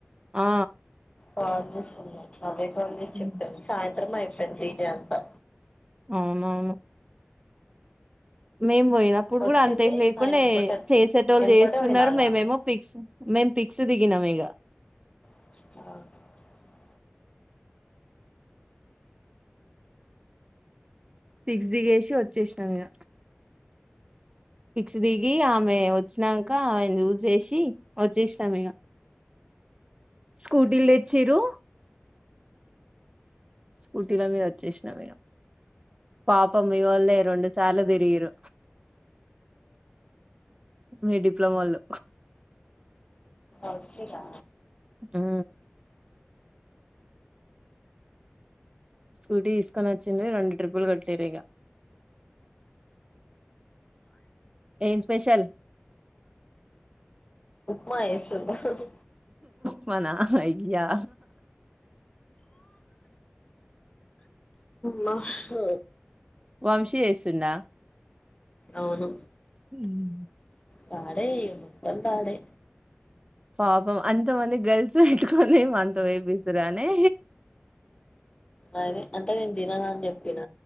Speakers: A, on the right; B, on the left.
A: ఆ
B: వాటర్ స్తున్నాయి నవ్య కాల్ చేసి
A: ఉమ్.
B: చెప్పిన్ సాయిన్ త్రం అయిపాన్ డీజే అంతా
A: అవునవును మేమ్ పోయినప్పుడు
B: వచ్చింది
A: కూడా అంతేం లేకుండే
B: నా ఎంబట
A: చేసేటోళ్ళు
B: ఎంబటే
A: చేస్తున్నారు
B: పోయినాల
A: మేమేమో
B: ఆమె
A: పిక్స్ మే పిక్స్ దిగినాం ఇగా
B: అ
A: ఫిక్స్ దిగేసి వచ్చేసినాం ఇగ పిక్స్ దిగి ఆ మ్ ఆమె వచ్చినాక ఆమె జూసేసి వచ్చేసినాం ఇగా స్కూటీల్ తెచ్చిరు స్కూటీల మీద వచ్చేసినాం ఇగ పాపం మీ వాళ్ళే రెండు సార్లు తిరిగిరు మీ డిప్లొమోళ్ళు
B: వచ్చిరా
A: హూ స్కూటీ తీసుకొని వచ్చిండ్రు రెండు ట్రిప్పులు కొట్టిర్రు ఇగ ఏం స్పెషల్
B: మాయసూర్
A: ఉప్మా నా అయ్యా
B: మా హూ
A: వంశీ చూస్తుండా
B: అవును
A: ఉమ్
B: పాడే య్య మోత్తం పాడే
A: పాపం అంత మంది గర్ల్స్ పెట్టుకొని ఏం అంత బయపిస్తురా నే
B: అదే అంటే నేను తినాల అని చెప్పిన